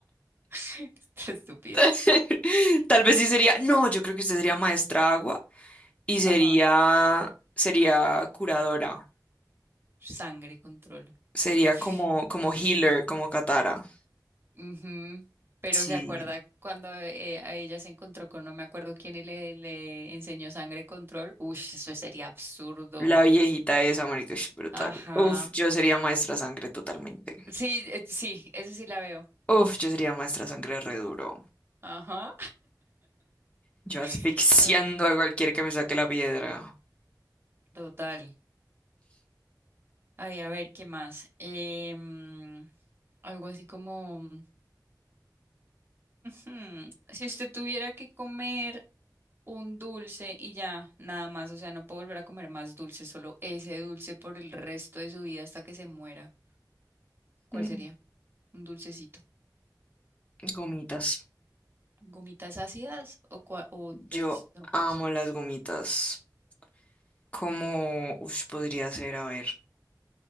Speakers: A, on the right; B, on the left.
A: está estúpida.
B: <laughs> Tal vez sí sería, no, yo creo que usted sería maestra agua y sería,
A: Ajá.
B: sería curadora.
A: Sangre, control.
B: Sería
A: Uff.
B: como, como healer, como Katara.
A: Ujú. Pero
B: Sí.
A: se acuerda cuando eh, a ella se encontró con no me acuerdo quién y le, le enseñó sangre, control. Uy, eso sería absurdo.
B: La viejita esa, marica, ush, brutal.
A: Ajá.
B: Uf, yo sería maestra sangre totalmente.
A: Sí, eh, sí, eso sí la veo.
B: Uf, yo sería maestra sangre re duro.
A: Ajá.
B: Yo asfixiando
A: <laughs> Ay, no.
B: a cualquier que me saque la piedra.
A: Total. Ay, a ver, ¿qué más? Em, algo así como. Hmm, Si usted tuviera que comer un dulce y ya, nada más, o sea, no puedo volver a comer más dulce, solo ese dulce por el resto de su vida hasta que se muera, ¿cuál
B: Mm,
A: sería? Un dulcecito.
B: Gomitas.
A: ¿Gomitas ácidas o, cua- o las
B: Yo
A: normales?
B: amo las gomitas. ¿Cómo ush, podría ser? A ver,